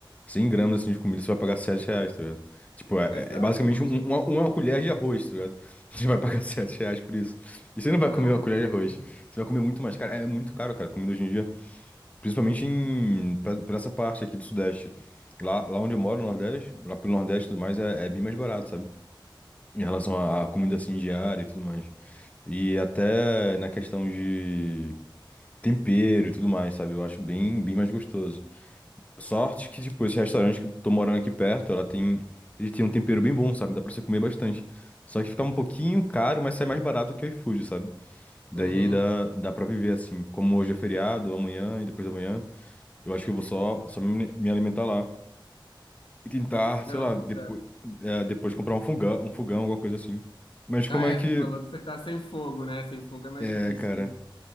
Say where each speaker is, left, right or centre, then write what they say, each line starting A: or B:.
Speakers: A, on the left (about 15°); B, on the left (about 85°).
A: 100 gramas assim, de comida, você vai pagar 7 reais, tá ligado? Tipo, é,
B: Exato,
A: é é basicamente
B: é um absurdo.
A: um- uma, uma colher de arroz, tá ligado? <laughs> Você vai pagar 7 reais por isso. E você não
B: Não,
A: vai comer
B: não
A: uma colher
B: tem
A: de arroz.
B: como.
A: Você vai comer muito mais caro. É muito caro, cara, comida hoje em dia. Principalmente em, pra, pra essa parte aqui do Sudeste. Lá, lá onde eu moro, no Nordeste, lá pelo Nordeste e tudo mais, é, é bem mais barato, sabe? em relação à à comida assim diária e tudo mais. E até na questão de tempero e tudo mais, sabe? Eu acho bem, bem mais gostoso. Sorte que, tipo, esse restaurante que eu tô morando aqui perto, ela tem. Ele tem um tempero bem bom, sabe? Dá pra você comer bastante. Só que fica um pouquinho caro, mas sai mais barato que o iFood, sabe? Daí
B: Uhum.
A: dá, dá pra viver assim. Como hoje é feriado, amanhã e depois da manhã, eu acho que eu vou só, só me me alimentar lá. E tentar,
B: Não,
A: sei lá,
B: tá
A: depois,
B: certo.
A: depois comprar um fogão, um fogão, alguma coisa assim. Mas como
B: Ah, é,
A: é que.
B: você falou que você tá sem fogo, né? Sem fogo é mais
A: É,
B: difícil.
A: cara.